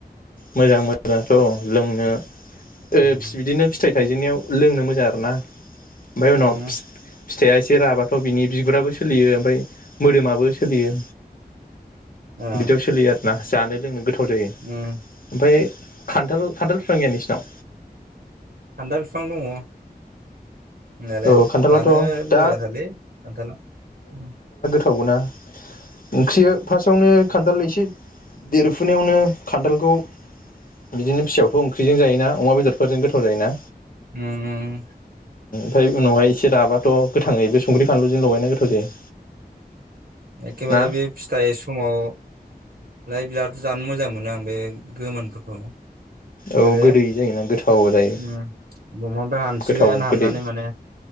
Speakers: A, on the left; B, on the right.
A: मोजां मोजांथ' औ लोंनो
B: उम
A: फि बिदिनो फिथाइ थाइजेननायाव लोंनो मोजां आरो ना। ओमफ्राय उनाव
B: उम
A: फि फि फिथाइया एसे राबाथ' बिनि बिगुराबो सोलियो ओमफ्राय मोदोमाबो सोलियो।
B: ओ
A: बिदियाव सोलियो आरोना। जानो लोंनो गो थाव जायो
B: उम
A: ओमफाय खान्थाल खान्थाल बिफां गैया नोंसिनाव?
B: खान्थाल फिफां दङ। होननायालाय
A: औ खान्थालाथ'
B: जानो
A: दा
B: बयाथारलै खान्थाला उ
A: थावबोना ओंख्रियो फास्टआवनो खान्थाल एसे देरफुनायावनो खान्थालखौ बिदिनो फिसायावथ' ओंख्रिजों जायोना अमा बेदरफोरजों गोथाव जायोना?
B: उम उम
A: ओमफाय उनावहाय एसे राबाथ' गोथाङैबो संख्रि फानलुजों लगायना गोथाव जायो।
B: एखेबारे
A: ना
B: बे फिथाइ समाव फ्राय बिराद जानो मोजां मोनो आं बे गोमोनफोरखौ। एखेबारे
A: औ गोदै जायोना गोथाव जायो
B: उम दंफांनिफाय हानसिगोन
A: गोथाव
B: हाननानै
A: गोदै
B: माने